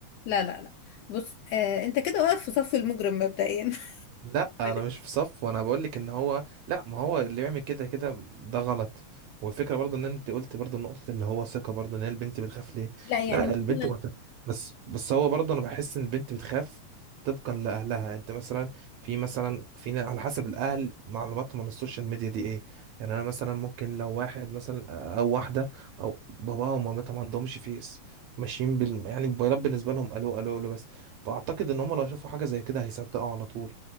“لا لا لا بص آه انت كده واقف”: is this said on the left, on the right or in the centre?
Left